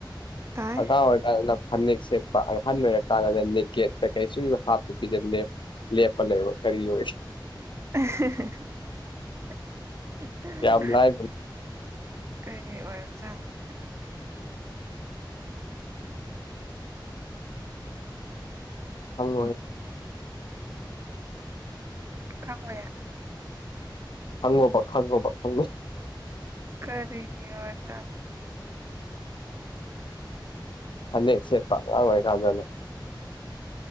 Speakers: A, on the right; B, on the left.
A: ꯇꯥꯏ
B: ꯑꯀꯥ ꯑꯣꯏ ꯐꯅꯦꯛ ꯁꯦꯠꯄ ꯑꯍꯟ ꯑꯣꯏꯔꯀꯥꯟꯗ ꯅꯦꯛꯀꯦꯠꯇ ꯀꯩꯁꯨ ꯍꯥꯞꯇꯨꯕꯤꯗ ꯂꯦ ꯂꯦꯄ ꯂꯩꯦꯕ ꯀꯔꯤꯑꯣ
A: <unintelligible>
B: ꯌꯥꯝ ꯂꯥꯏꯕꯅꯤ
A: ꯀꯩ ꯑꯣꯏꯖꯅꯅꯦ
B: ꯑꯜ
A: ꯀꯉꯌꯥ
B: ꯍꯪꯉꯣ ꯄ ꯈꯪꯉ ꯄꯪ
A: ꯈꯔꯤ ꯑꯣꯏꯔ ꯆꯂꯅꯦ
B: ꯗꯁꯦꯠ ꯄꯉꯥꯏ ꯀꯥꯟꯗꯅꯣ